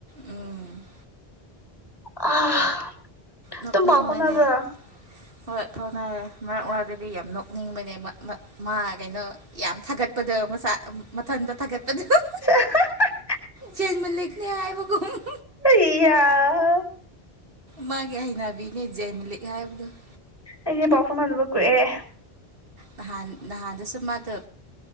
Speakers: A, on the right; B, on the left.
A: ꯎꯝ
B: <unintelligible>
A: ꯅꯣꯛꯅꯤꯡꯕꯅꯦ
B: ꯇꯨꯝ ꯄꯥꯎ ꯐꯥꯎꯅꯕ꯭ꯔꯥ ꯫
A: ꯍꯣꯏ ꯐꯥꯎꯅꯌꯦ ꯃꯔꯛ ꯃꯔꯛꯇꯗꯤ ꯌꯥꯝ ꯅꯣꯛꯅꯤꯡꯕꯅꯦꯕ ꯃ ꯃꯥ ꯀꯩꯅꯣ ꯌꯥꯝ ꯊꯥꯒꯠꯄꯗꯣ ꯃꯁꯥ ꯑꯝ ꯃꯊꯟꯇ ꯊꯥꯒꯠꯄꯗꯨ ꯫
B: <unintelligible>
A: ꯖꯦꯟ ꯃꯂꯤꯛꯅꯦ ꯍꯥꯏꯕꯒꯨꯝ ꯫
B: ꯑꯩꯌꯥꯍ
A: ꯃꯥꯒꯤ ꯍꯩꯅꯕꯤꯅꯦ ꯖꯦꯟ ꯃꯂꯤꯛ ꯍꯥꯏꯕꯗꯨ ꯫
B: ꯑꯩꯗꯤ ꯄꯥꯎ ꯐꯥꯎꯅꯗꯕ ꯀꯨꯏꯌꯦ ꯫
A: ꯅꯍꯥꯟ ꯅꯍꯥꯟꯗꯁꯨ ꯃꯥꯗꯣ